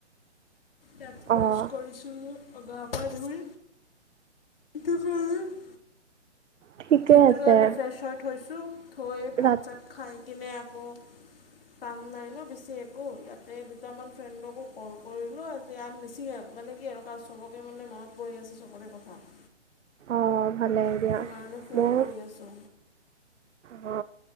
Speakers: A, on the left; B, on the right.
A: দাঁত ব্ৰাছ
B: অ',
A: কৰিছো গা পা ধুই দোকানত
B: ঠিকে
A: দিনটোৰ
B: আছে।
A: কাৰণে ফ্ৰেছ হৈ থৈছো থৈ ভাত
B: ৰাত
A: চাত খাই কিনে আকৌ কাম নাই ন' বেছি একো ইয়াতে দুটামান ফ্ৰেণ্ডকো কৰো কৰিলো এতিয়া বেছি হে মানে কি আৰু চবকে মানে মনত পৰি আছে চবৰে কথা। <inaudible>
B: অ, ভালেই দিয়া।
A: সেইটো কাৰণে ফোন
B: মোৰ
A: কৰি আছো।
B: অ